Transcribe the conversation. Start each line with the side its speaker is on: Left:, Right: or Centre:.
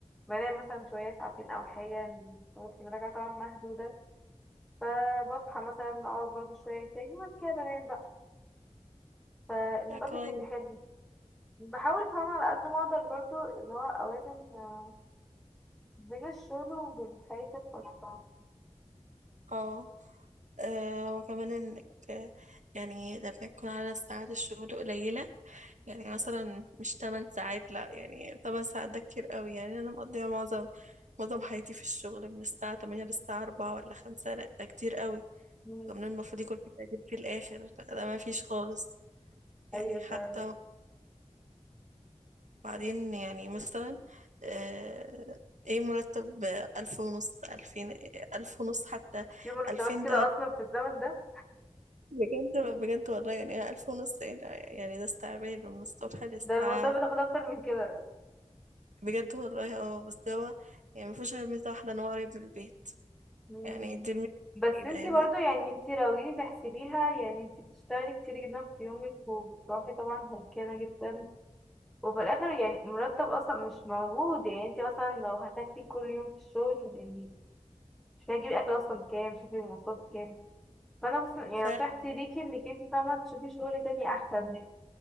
Centre: بنام مثلا شوية ساعتين أو حاجة وقت ما راجعة طبعا مهدودة فبصحى مثلا أقعد برضه شوية تاني وبعد كده بنام بقى فالموضوع
Right: لا كويس
Centre: بيكون حلو بحاول فاهمة على قد ما أقدر برضه اللي هو أوازن آه، بين الشغل وبين حياتي الخاصة
Right: اه آه، وكمان انك آه، يعني لما يكون على ساعات الشغل قليلة يعني مثلا مش 8 ساعات لا يعني 8 ساعات ده كتير قوي يعني انا مقضيها معظم معظم حياتي في الشغل من الساعة 8 للساعة 4 ولا 5 لا ده كتير قوي
Centre: مم.
Right: كمان المفروض يكون في تقدير في الاخر لا ده ما فيش خالص يعني
Centre: أيوة
Right: حتى
Centre: فعلا
Right: بعدين يعني مثلا آه، ايه مرتب ألف ونص ألفين ألف ونص حتى
Centre: في مرتبات
Right: ألفين
Centre: كده
Right: ده
Centre: أصلا في الزمن ده
Right: بجد بجد والله يعني ألف ونص ايه ده يعني ده استعباد من الصبح للساعة
Centre: ده المصاب بتاخد أكتر من كده
Right: بجد والله اه بس هو يعني مفيهوش غير ميزة واحدة ان هو قريب من البيت
Centre: مم.
Right: يعني دي الميزة
Centre: بس
Right: الوحيدة
Centre: انتي
Right: يعني
Centre: برضو يعني انتي لو جيتي تحسبيها يعني انتي بتشتغلي كتير جدا في يومك وبتروحي طبعا هلكانة جدا وفي الاخر يعني مرتب اصلا مش موجود يعني انتي مثلا لو هتاكلي كل يوم في الشغل يعني مش هتجيبي اكل اصلا كام شوفي المواصلات كام فانا بس يعني
Right: فبجد
Centre: نصيحتي ليكي انك انتي فاهمة تشوفي شغل تاني احسن